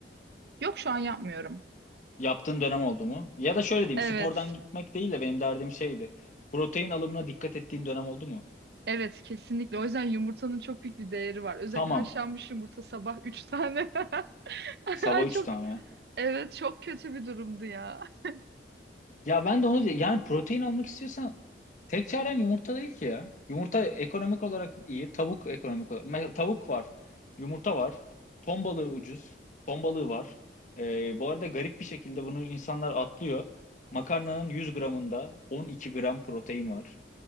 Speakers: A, on the right; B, on the left.
A: Yok şu an yapmıyorum.
B: Yaptığın dönem oldu mu? Ya da şöyle diyeyim,
A: Evet.
B: spordan gitmek değil de benim derdim şeydi. Protein alımına dikkat ettiğin dönem oldu mu?
A: Evet kesinlikle. O yüzden yumurtanın çok büyük bir değeri var. Özellikle
B: Tamam,
A: haşlanmış yumurta sabah 3 tane. <laughs>
B: sabah 3
A: Çok
B: tane.
A: evet çok kötü bir durumdu ya. <laughs>
B: Ya ben de onu yani protein almak istiyorsan tek çaren yumurta değil ki ya. Yumurta ekonomik olarak iyi, tavuk ekonomik olarak. Mesela tavuk var, yumurta var, ton balığı ucuz, ton balığı var. Ee, bu arada garip bir şekilde bunu insanlar atlıyor. Makarnanın 100 gramında 12 gram protein var.